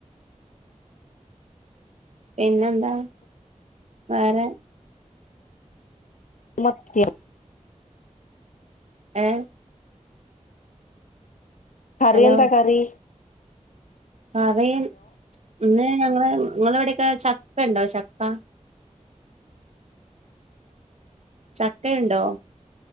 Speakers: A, on the right; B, on the left.
A: പിന്നെന്താ വേറെ?
B: മത്തിയോ?
A: ഏഹ്
B: കറി
A: ഹലോ
B: എന്താ കറീ?
A: കറീ ഇന്ന് ഞങ്ങള് ഇങ്ങളവിടെക്കെ ചക്കണ്ടോ ചക്ക? ചക്കയുണ്ടോ?